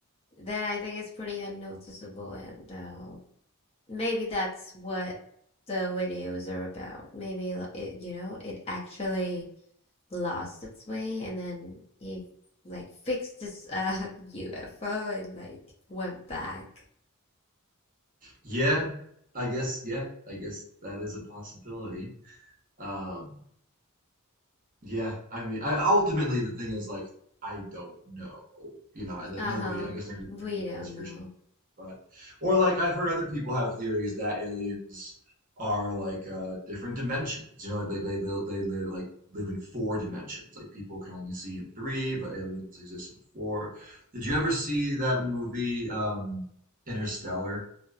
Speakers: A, on the left; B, on the right.
A: Then I think it's pretty unnoticeable, and uh, maybe that's what the videos are about. Maybe like, it, you know, it actually lost its way and then he like fixed this uh <laughs> UFO and like went back.
B: Yeah. I guess, yeah. I guess that is a possibility. Um, yeah. I mean, I, ultimately, the thing is, like, I don't know. You know, I- that
A: Uh-huh.
B: nobody, I guess nobody
A: We
B: really
A: don't
B: knows for
A: know.
B: sure. But, or like, I've heard other people have theories that aliens are like uh, different dimensions. You know, like they, they, they, they live like, live in four dimensions. Like, people can only see in three, but aliens exist in four. Did you ever see that movie, um, Interstellar?